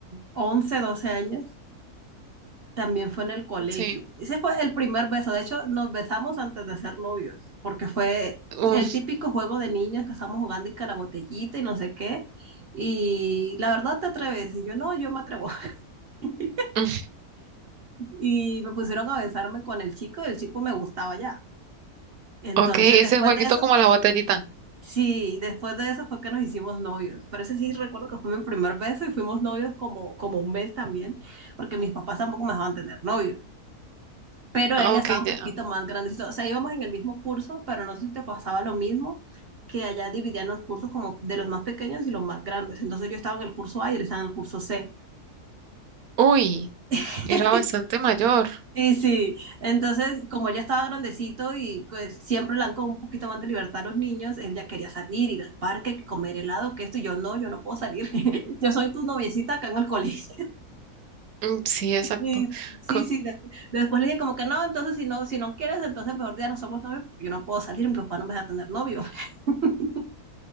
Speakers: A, on the right; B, on the right.
A: 11, 12 años. También fue en el colegio.
B: Sí.
A: Ese fue el primer beso. De hecho, nos besamos antes de ser novios, porque fue
B: Uf,
A: el típico juego de niños que estábamos jugando y que la botellita y no sé qué. Y la verdad te atreves. Y yo no, yo me atrevo. <laughs>
B: <laughs> uf.
A: Y me pusieron a besarme con el chico y el chico me gustaba ya. Entonces,
B: Ok, ese
A: después
B: jueguito
A: de eso,
B: como la botellita.
A: Sí, después de eso fue que nos hicimos novios. Pero ese sí recuerdo que fue mi primer beso y fuimos novios como, como un mes también, porque mis papás tampoco me dejaban tener novio. Pero él
B: Ah,
A: ya
B: ok,
A: estaba un
B: ya.
A: poquito más grandecito. O sea, íbamos en el mismo curso, pero no sé si te pasaba lo mismo, que allá dividían los cursos como de los más pequeños y los más grandes. Entonces yo estaba en el curso A y él estaba en el curso C.
B: Uy,
A: <laughs>
B: era bastante mayor.
A: Sí, sí. Entonces, como él ya estaba grandecito y pues siempre le dan con un poquito más de libertad a los niños, él ya quería salir, ir al parque, que comer helado, que esto, y yo no, yo no puedo salir. <laughs> Yo soy tu noviecita acá en el colegio.
B: Mm, Sí, exacto.
A: <laughs> Y sí,
B: Co-
A: sí. de- después le dije como que no, entonces si no, si no quieres, entonces mejor ya no somos novios, porque yo no puedo salir, mi papá no me deja tener novio. <laughs>